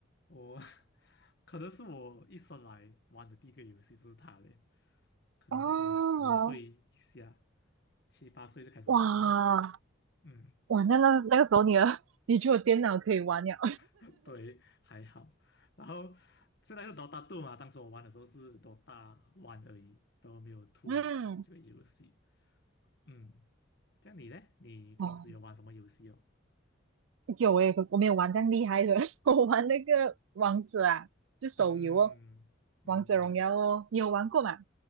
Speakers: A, on the left; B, on the right.
A: 我 <laughs> 可能是我一生来玩的第一个游戏就是它嘞，可能那时候我十岁以下，
B: 哦，
A: 七八岁就开始玩了，
B: 哇，
A: 嗯，
B: 哇，那那那个时候你的，<laughs> 你就有电脑可以玩了。
A: <laughs> 对，还好。然后现在是 Dota 2嘛，当时我玩的时候是 Dota One 而已，都没有 TO
B: 嗯，
A: 这个游戏。嗯，这样你嘞？你平时有玩什么游戏哦？
B: 哦，有我也我没有玩这样厉害的，<laughs> 我玩那个王者啊，就手游哦，
A: 嗯，明白。
B: 王者荣耀哦，你有玩过吗？